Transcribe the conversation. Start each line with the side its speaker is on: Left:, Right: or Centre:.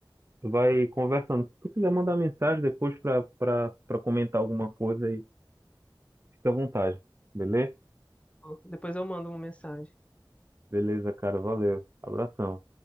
Right: vai conversando. Se tu quiser mandar mensagem depois pra, pra, pra comentar alguma coisa aí, fica à vontade. Beleza?
Left: Depois eu mando uma mensagem.
Right: Beleza, cara. Valeu. Abração.